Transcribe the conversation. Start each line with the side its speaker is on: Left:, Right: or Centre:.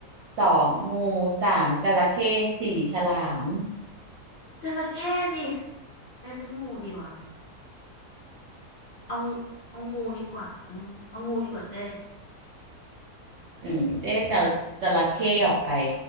Right: สองงูสามจระเข้สี่ฉลาม
Left: จระเข้ดิเอ๊ะหรืองูดีวะเอางูเอางูดีกว่าอืมเอางูดีกว่าเจ๊
Right: อืมเจ๊จะเอาจระเข้ออกไป